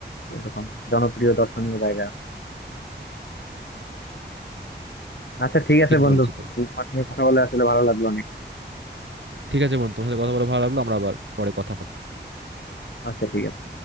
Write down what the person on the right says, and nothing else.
ঠিক
বলেছো তুমি
ঠিক আছে বন্ধু তোমার সাথে কথা বলে ভালো লাগলো আমরা আবার পরে কথা হবে